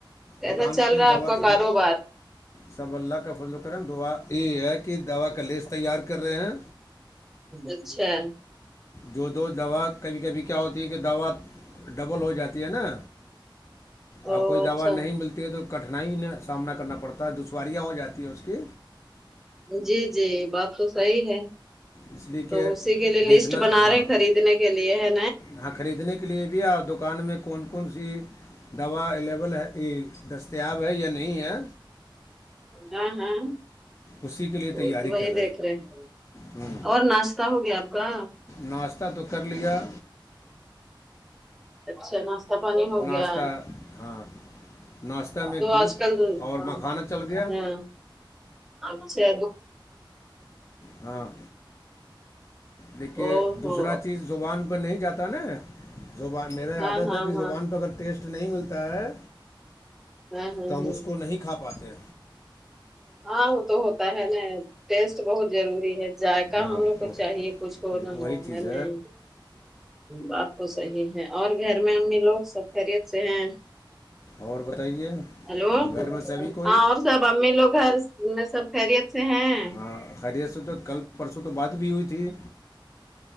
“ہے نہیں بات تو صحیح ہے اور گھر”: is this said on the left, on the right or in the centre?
Centre